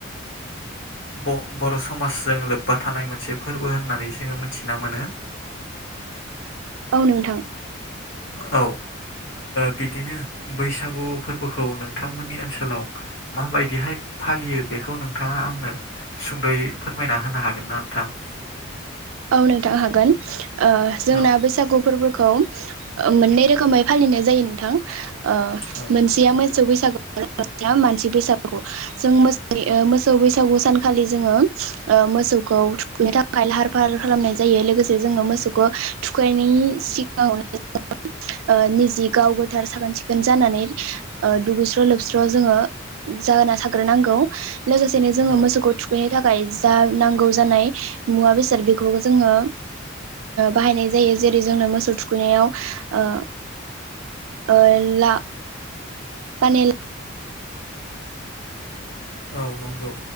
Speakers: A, on the left (about 65°); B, on the right (about 85°).
A: ओ बर समाजजों लोब्बा थानाय मोनसे फोरबो होननानै जोंङो मिथिना मोनो।
B: औ नोंथां।
A: औ। बिदिनो बैसागु फोरबोखौ नोंथांमोननि ओनसोलाव माबायदिहाय फालियो बेखौ नोंथाङा आंनो सुंद'यै फोरमायना होनो हागोन ना नोंथां?
B: औ नोंथां हागोन। ओ जोंना
A: औ
B: बैसागु फोरबो खौ मोननै रोखोमै फालिनाय जायो नोंथां। अ
A: औ
B: मोनसेया मो सौ बैसागो मानसि बसागु जों मोसौ बैसागु सानखालि जोङो ओ मोसौखौ थुखैनो थाखाय लाहार फाहार खालामनाय जायो लोगोसे जोङो मोसौखौ थुखैनायनि सिगाङावनो निजि गाव गोथार साखोन सिखोन जानानै दुगैस्र' लोबस्र' जोङो जाहोना थाग्रोनांगौ। लोगोसेनो जोङो
A: औ
B: मोसौखौ थुखैनो था जा नांगौ जानाय मुवा बेसे बे जोङो बाहायनाय जायो जेरै जोंनो मोसौ थुखैनायाव ओ ओ ला फानाल
A: औ नंगौ।